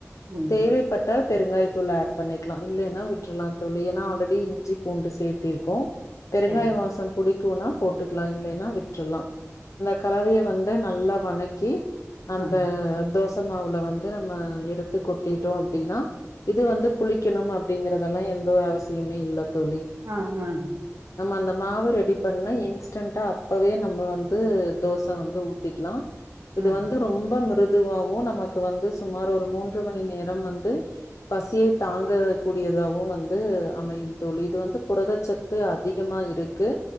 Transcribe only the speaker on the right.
ம்
சரி
அ
ஆ ஆ ஆ
ஆ